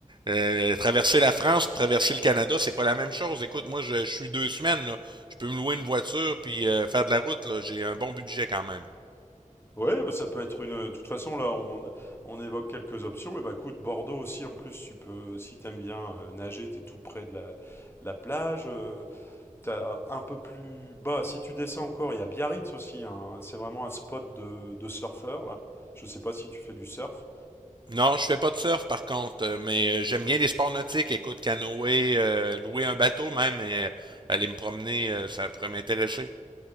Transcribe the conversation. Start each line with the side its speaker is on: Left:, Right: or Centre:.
Right: euh, traverser la France, puis traverser le Canada, c'est pas la même chose. Écoute, moi, je, je suis deux semaines, là. Je peux me louer une voiture puis euh, faire de la route, là. J'ai un bon budget quand même.
Left: Ouais, bah ça peut être une. De toute façon, là, on, on évoque quelques options. Et bah, écoute, Bordeaux aussi, en plus, tu peux, si t'aimes bien euh, nager, t'es tout près de la, la plage. euh, T'as un peu plus bas, si tu descends encore, il y a Biarritz aussi. hein. C'est vraiment un spot de, de surfeurs, là. Je sais pas si tu fais du surf.
Right: Non, je fais pas de surf par contre, euh, mais euh, j'aime bien les sports nautiques. Écoute, canoë, euh, louer un bateau même et euh, aller me promener, euh, ça pourrait m'intéresser.